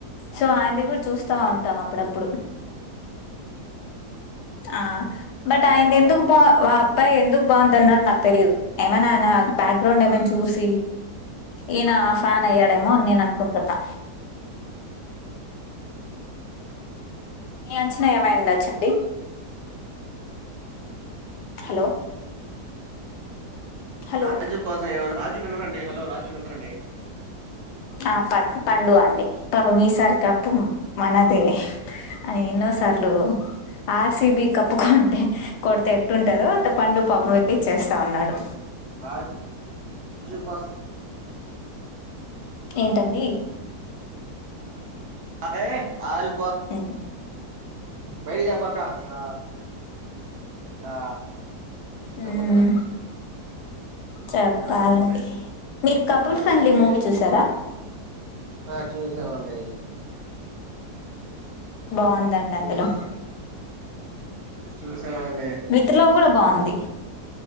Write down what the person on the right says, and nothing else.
ఏ పోన్రా
నా రాజు కోసం ఎమైనా రాజు వినరండి హలో రాజు వినరండి
రాజు కోసం
ఆ ఏ ఆలు
బయలుదేరబాకా ఆ... ఆ..
చెప్పండి
ఆ చెప్పండి
ఆ
ఆ చూసామండీ
చూసామ్
చూసావండి